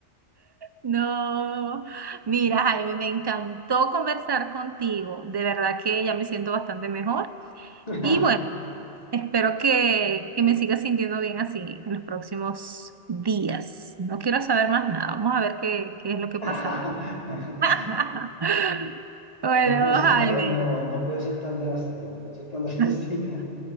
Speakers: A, on the right; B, on the left.
A: No. Mira, Jaime, me encantó conversar contigo. De verdad que ya me siento bastante mejor.
B: <laughs>
A: Y bueno, espero que, que me siga sintiendo bien así en los próximos días. No quiero saber más nada. Vamos a ver qué, qué es lo que
B: No,
A: pasa ahora. <laughs>
B: no,
A: Bueno,
B: no puede ser,
A: Jaime.
B: no, no, no puede ser tan drástica, no puede ser tan <laughs> drástica.
A: <laughs>